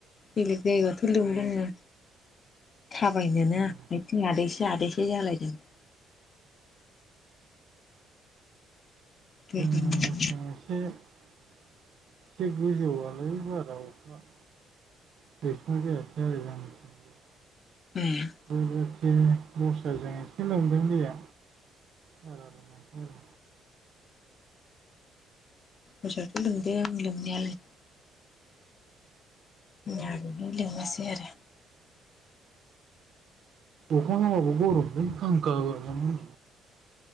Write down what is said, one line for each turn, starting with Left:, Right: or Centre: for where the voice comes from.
Left: बेलेग जायगायावथ लोमदोंनो। थाबायनोनो
Right: जोंनिथिं
Left: आथिं आदैसे आदैसे जालायदोंनो। दै
Right: जोंनिथिं
Left: लोमनानै
Right: एसे एसे गोजौनालाय बारा अखा। <unintelligible>
Left: <inaudible>
Right: बोलोरसे दस्राजों एसे लांदों दैया बारा लामसै आरो।
Left: दस्रायाथ' लोमदों लोमनायालाय। जोंना बिदि लोमासैय आरो।
Right: अखा हाबो गरमलै फांखा होवाबानो